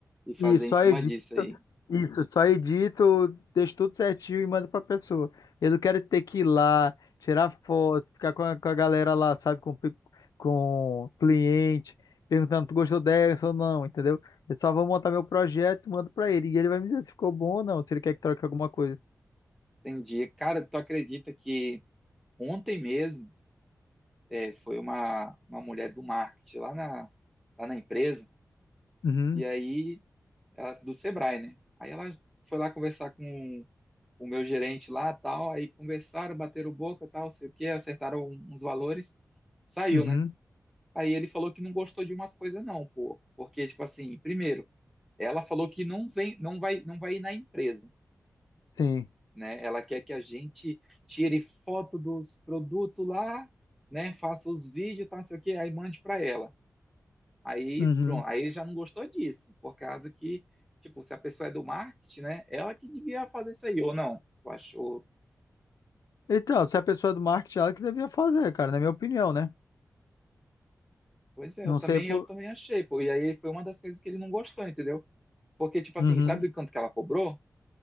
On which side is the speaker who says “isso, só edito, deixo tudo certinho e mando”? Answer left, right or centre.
Left